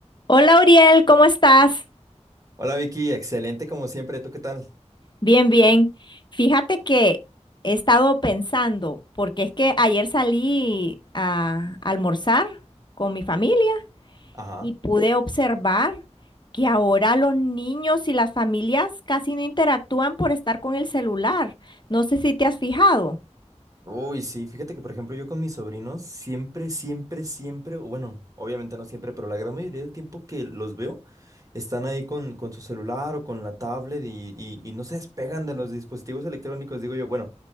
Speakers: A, on the left; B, on the right.
A: Hola Uriel, ¿cómo estás?
B: Hola Vicky, excelente como siempre, ¿tú qué tal?
A: Bien, bien. Fíjate que he estado pensando, porque es que ayer salí a almorzar con mi familia
B: Ajá.
A: y pude observar que ahora los niños y las familias casi no interactúan por estar con el celular. No sé si te has fijado.
B: Uy, sí, fíjate que por ejemplo yo con mis sobrinos siempre, siempre, siempre, o bueno, obviamente no siempre, pero la gran mayoría del tiempo que los veo están ahí con, con su celular o con la tablet y, y, y no se despegan de los dispositivos electrónicos, digo yo, bueno,